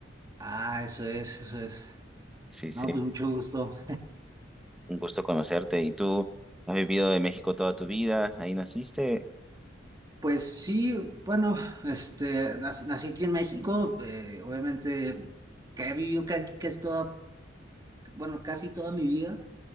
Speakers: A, on the right; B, in the centre.
A: ah, eso es, eso es.
B: Sí, sí,
A: No, pues mucho gusto.
B: un gusto conocerte. ¿Y tú has vivido en México toda tu vida? Ahí naciste,
A: Pues sí, bueno, este, nací, nací aquí en México, eh, obviamente que he vivido ca- casi, toda, bueno, casi toda mi vida,